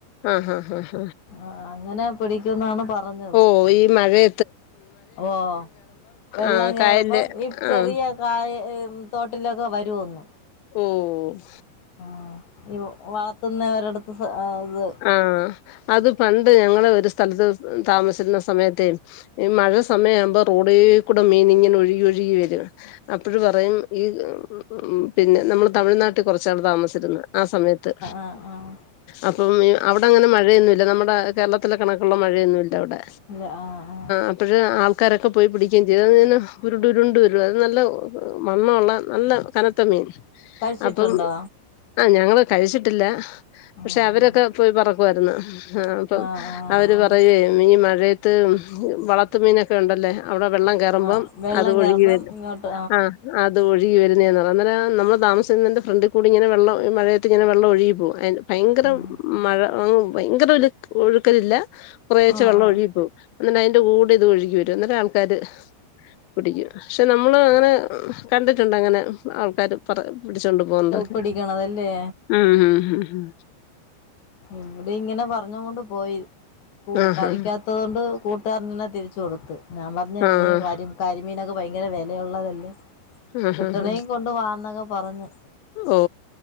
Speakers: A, on the left (about 80°); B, on the left (about 70°).
A: ആഹ് ആഹ് ആഹ്
B: ആഹ് അങ്ങനെ പിടിക്കുന്നാണ് പറഞ്ഞത്.
A: പൊരി മഴെ
B: ഓഹ് വെള്ളം
A: ആഹ്
B: കേറുമ്പൊ
A: കായലില്
B: ഈ ചെറിയ
A: ആഹ്
B: കായ ഏഹ് തോട്ടിലൊക്ക വരോന്ന്
A: ഉം
B: ആഹ് ഈ വളത്ത്ന്നവരട്ത്ത് ഇത്
A: ആഹ് അത് പണ്ട് ഞങ്ങള് ഒരു സ്ഥലത്ത് താമസിക്കുന്ന സമയത്തേ ഈ മഴ സമയാവുമ്പോ റോഡീ കൂടെ മീന്ങ്ങനെ ഒഴുകിഴുകി വരും. അപ്പഴ് പറയും ഈ ഉം പിന്നെ നമ്മൾ തമിഴ്നാ ട്ട് കൊറച്ചാള് താമസിച്ചിരുന്ന് ആഹ് സമയത്ത്
B: ആഹ് ആഹ്
A: അ പ്പം അവിടെങ്ങനെ മഴയൊന്നുല്ല നമ്മുടെ കേരളത്തിലെ കണക്കുള്ള മഴയൊന്നുല്ല അവടെ
B: ഇല്ല ആഹ് ആഹ്
A: അപ്പഴ് ആൾക്കാരൊക്കെ പോയി പിടിക്കും ചെയ്തു അന്നെ ഉരുണ്ടുരുണ്ട് വരും അത് നല്ല മണ്ണുള്ള നല്ല കനത്ത മീൻ
B: കഴിച്ചിട്ടുണ്ടോ
A: അപ്പ ആഹ് ഞങ്ങൾ കഴിച്ചിട്ടില്ല
B: ഉം
A: പക്ഷെ
B: ഉം
A: അവര് ക്കെ പോയി പെറുക്കുവായിരുന്നു അപ്പൊ
B: ആഹ് ആഹ്
A: അവര്
B: ആഹ്
A: പറയോയ് ഈ മഴേത്ത് വള ത്തുമീനൊക്കെണ്ടല്ലേ അവടെ വെള്ളം കേറുമ്പം
B: ആഹ് വെള്ളം
A: അത്
B: കേറുമ്പം
A: ഒഴുകി വരും
B: ഇങ്ങോട്ട്
A: ആഹ് അത് ഒഴുകി വരുന്നേ പറ അന്നേരം നമ്മള് താമസിക്കുന്ന അന്റെ ഫ്രണ്ട് കൂടി ഇങ്ങനെ വെള്ളം ഈ മഴെത്ത്ങ്ങെനെ വെള്ളം ഒഴുകി പോവും. അഹ് ഭയങ്കര
B: ഉം
A: മഴ അഹ് ഭയങ്കര ഒല ഒഴുക്കലില്ല കുറെച്ചെ
B: ആഹ്
A: വെള്ളം
B: ആഹ്
A: ഒഴുകി പോവും ന്ന്ട്ട അയ്ന്റെ കൂടിത് ഒഴുകി വരും എന്നിട്ടാൾക്കാര് പുടിക്കും പക്ഷെ നമ്മള് അങ്ങനെ കണ്ടിട്ടുണ്ട് അങ്ങനെ ആൾക്കാര് പറ പിടിച്ചോണ്ട് പോക്ന്നതൊക്കെ
B: പിടിക്കണതല്ലേ
A: ഉം ഉം ഉം
B: ഇവിടീങ്ങനെ പറഞ്ഞ് കൊണ്ട് പോയി
A: ആഹാ
B: കഴിക്കാത്തത് കൊണ്ട് കൂ ഇത്ത പറഞ്ഞനെ തിരിച്ച് കൊടുത്തു ഞാൻ പറഞ്ഞ് എന്നീ
A: ആഹ്
B: കരി കരിമീനൊക്കെ ഭയങ്കര വെലയുള്ളതല്ലേ.
A: ആഹ്
B: കിട്ടണെങ്കി
A: ആഹ്
B: കൊണ്ട് വാന്നൊക്കെ പറഞ്ഞു
A: ഓ